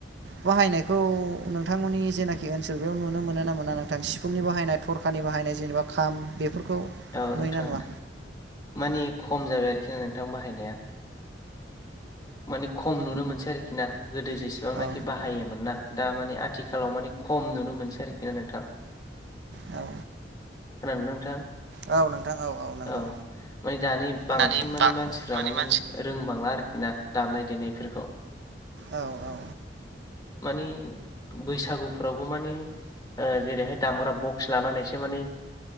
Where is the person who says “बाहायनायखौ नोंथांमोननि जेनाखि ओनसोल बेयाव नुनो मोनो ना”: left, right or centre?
Right